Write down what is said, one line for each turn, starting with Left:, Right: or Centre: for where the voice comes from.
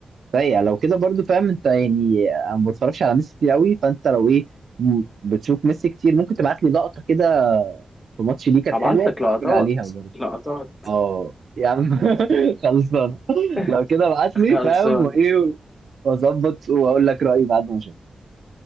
Right: سيئه لو كده برضو فاهم انت يعني انا ما بتفرجش على ميسي كتير قوي فانت لو ايه م- بتشوف ميسي كتير ممكن تبعت لي لقطه كده في ماتش ليه كانت
Left: هبعت
Right: حلوه اتفرج
Left: لك لقطات
Right: عليها برضو
Left: لقطات
Right: اه يا عم <laughs> خلصان
Left: <laughs>
Right: لو كده ابعت لي
Left: خلصان
Right: فاهم وايه واظبط واقول لك رايي بعد ما اشوف